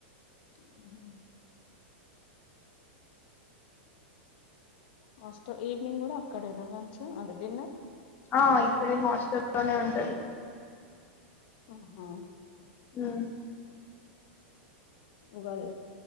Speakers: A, on the left; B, on the left.
A: హు హుమ్ ఆస్ట్ ఈవినింగ్ కూడా అక్కడేనా లంచ్ అది డిన్నర్
B: ఆ ఇక్కడ హాస్టల్లో నే ఉంటది
A: ఆహో
B: హ్
A: ఉగాద్